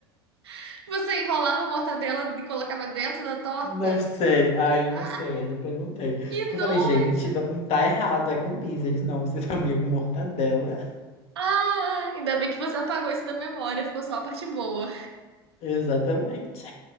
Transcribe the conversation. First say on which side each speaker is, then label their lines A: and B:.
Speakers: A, on the right; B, on the left.
A: <laughs> Você enrolava a mortadela e colocava dentro da torta?
B: Não sei, aí
A: Ah,
B: não sei, aí não perguntei. Porque
A: Que nojo!
B: eu falei, gente, tá tá errado, é com bis. Eles não, você <laughs> sabia com mortadela.
A: Ah, ainda bem que você apagou isso da memória, ficou só a parte boa.
B: Exatamente.